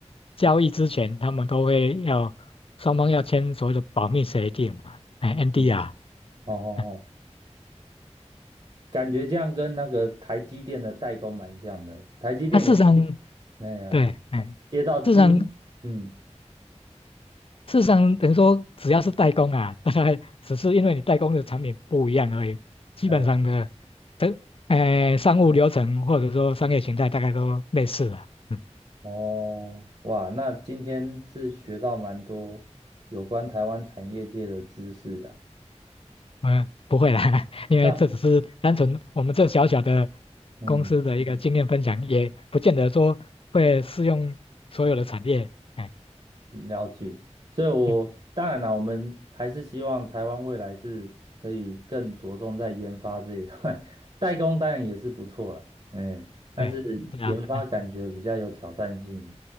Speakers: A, on the left; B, on the right.
A: 交易之前，他们都会要双方要签所谓的保密协定嘛，哎 n d
B: 嗯，
A: r
B: 哦哦哦，
A: 哎
B: 感觉这样跟那个台积电的代工蛮像的，台积电也是
A: 那、事实上
B: 那样，
A: 对，哎，
B: 接到金，
A: 事实上
B: 嗯。
A: 事实上，等于说只要是代工啊，<laughs> 大概只是因为你代工的产品不一样而已，基本上的，
B: 嗯
A: 这呃，商务流程或者说商业形态大概都类似了。嗯
B: 哦，哇，那今天是学到蛮多有关台湾产业界的知识啊。
A: 嗯，不会啦，<laughs> 因为这只是单纯我们这小小的
B: 那嗯，
A: 公司的一个经验分享，也不见得说会适用所有的产业。哎，
B: 了解。所以我当然啦，
A: 嗯，
B: 我们还是希望台湾未来是可以更着重在研发这一块，<laughs> 代工当然也是不错啦，嗯，但是研发感觉比较有挑战性
A: 对，对啊，嗯